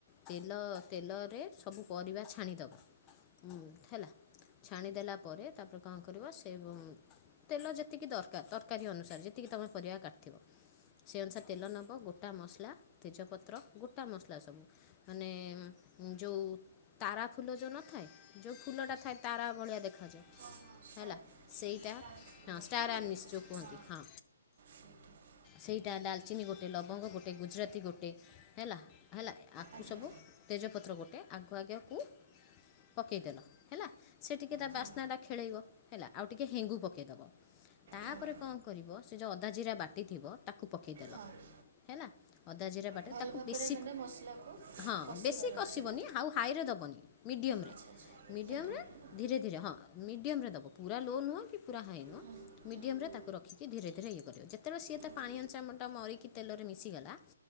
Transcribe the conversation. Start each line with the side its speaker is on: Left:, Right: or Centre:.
Left: ତେଲ ତେଲ ସବୁ ପରିବା ଛାଣିଦବ ହୁଁ ହେଲା ଛାଣିଦେଲା ପରେ ତାପରେ କଣ କରିବ ସେ ତେଲ ଯେତିକି ଦରକାର ତରକାରୀ ଅନୁସାରେ ଯେତିକି ତମର ପରିବା କାଟିଥିବ ସେ ଅନୁସାରେ ତେଲ ନେବ ଗୋଟା ମସଲା ତେଜପତ୍ର ଗୋଟା ମସଲା ସବୁ ମାନେ ଯଉଁ ତାରା ଫୁଲ ଯେଉଁ ନଥାଏ ଯେଉଁ ଫୁଲଟା ଥାଏ ତାରା ଭଳିଆ ଦେଖାଯାଏ
Right: ହଁ ହଁ ଷ୍ଟାର୍
Left: ହେଲା ସେଇଟା
Right: ଷ୍ଟାର୍
Left: ହଁ
Right: ବଟା
Left: ଷ୍ଟାର
Right: ନା
Left: ଆନିଶ୍ଚ
Right: ଯୋଉଟା
Left: କୁହନ୍ତି ହଁ
Right: ହଁ
Left: ସେଇଟା ଡାଲଚିନି ଗୋଟେ ଲବଙ୍ଗ ଗୋଟେ ଗୁଜୁରାତି ଗୋଟେ ହେଲା ହେଲା ଆକୁ
Right: ଆଜ୍ଞା
Left: ସବୁ ତେଜପତ୍ର- ପତ୍ର ଗୋଟେ ଆକୁ ଆଗେ ଆକୁ ପକେଇଦେଲ ହେଲା ସେ ଟିକେ ତା
Right: ହଁ
Left: ବାସ୍ନା ଟା ଖେଳେଇବ। ହେଲା ଆଉ ଟିକେ ହେଙ୍ଗୁ ପକେଇଦବ ତାପରେ
Right: ହଁ
Left: କଣ କରିବ ସେ ଯେଉଁ ଅଦା ଜିରା ବାଟି ଥିବ ତାକୁ। ତାକୁ ପକେଇଦେଲ
Right: ହଁ
Left: ହେଲା ଅଦା ଜୀରା ବାଟିକି
Right: ଭଲ
Left: ତାକୁ
Right: ଭାବରେ
Left: ବେଶୀକି
Right: ମାନେ ମସଲାକୁ
Left: ହଁ
Right: କଷିବାର
Left: ବେଶୀ
Right: ଅଛି
Left: କଷିବନି
Right: ନା
Left: ଆଉ ହାଇ ରେ ଦବନି ମିଡିଅମରେ
Right: ଆଚ୍ଛା ଆଚ୍ଛା
Left: ମିଡିଅମରେ
Right: ମିଡ଼ିୟମ୍ ନା
Left: ଧୀରେ ଧୀରେ ହଁ ମିଡ଼ିୟମରେ ଦବ ପୁରା ଲୋ ନୁହଁ କି ପୁରା ହାଇ ନୁହଁ
Right: ହୁଁ ହୁଁ
Left: ମିଡ଼ିୟମ୍
Right: ହୁଁ
Left: ରେ ତାକୁ ରଖିକି ଧୀରେ ଧୀରେ ଇଏ କରିବ ଯେତେବେଳେ ସିଏ ତ
Right: ଆଜ୍ଞା
Left: ପାଣି ଅଂଶଟା ମରିକି ତେଲରେ ମିଶିଗଲା